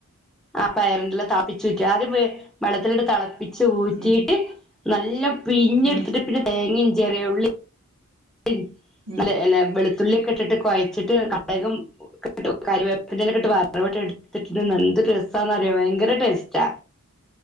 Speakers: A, in the centre; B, on the right (about 65°).
A: ആ പയറിന്റല താപ്പി ക്ക ആദ്യം വേ വെള്ളത്തിലിട്ട് തെളപ്പിച്ച് ഊറ്റീട്ട്
B: ഉം
A: നല്ലോം പിഴിഞ്ഞ്ട്ത്ത്
B: ഉം
A: ട്ട് പിന്നെ തേങ്ങിം ചെറിയള്ളീം ല്ലിം
B: ഉം
A: നല്ല വെളുത്തുള്ളിയൊക്കെ ഇട്ടിട്ട് കുഴച്ചിട്ട് കടകും ഉ കറിവേപ്പി ക്കെട്ട് വറവട്ട് എടുത്തിട്ട് എന്ത് രസാന്നറിയ ഭയങ്ക ടേസ്റ്റാ